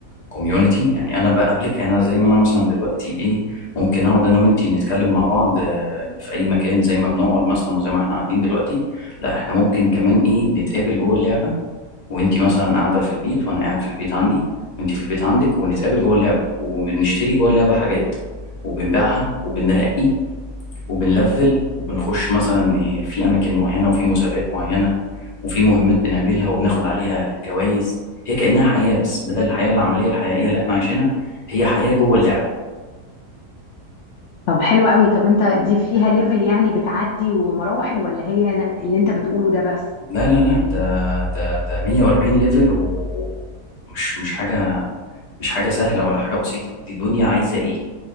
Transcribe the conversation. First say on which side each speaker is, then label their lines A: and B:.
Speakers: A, on the left (about 30°); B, on the left (about 75°).
A: كوميونتي يعني انا بقابلك انا زي ما انا مثلا دلوقتي ايه ممكن اقعد انا وانتي نتكلم مع بعض آه، في اي مكان زي ما بنقعد مثلا وزي ما احنا قاعدين دلوقتي لا احنا ممكن كمان ايه نتقابل جوه اللعبه وانتي مثلا قاعده في البيت وانا قاعد في البيت عندي وانتي في البيت عندك ونتقابل جوه اللعبه وبنشتري جوه اللعبه حاجات وبنبيعها وبنرقي وبنلفل وبنخش مثلا إيه في اماكن معينه وفي مسابقات معينه وفي مهمات بنعملها وبناخد عليها جوائز هي كأنها حياة بس بدل الحياة العملية الحقيقية اللي احنا عايشينها هي حياة جوه اللعبة
B: طب حلو قوي طب انت دي فيها ليفل يعني بتعدي ومراحل ولا هي اللي انت بتقوله ده بس
A: لا لا لا
B: يعني
A: ده ده ده 140 ليفل ومش مش حاجة مش حاجة سهلة ولا حاجة بسيطة دي دنيا عايزة ايه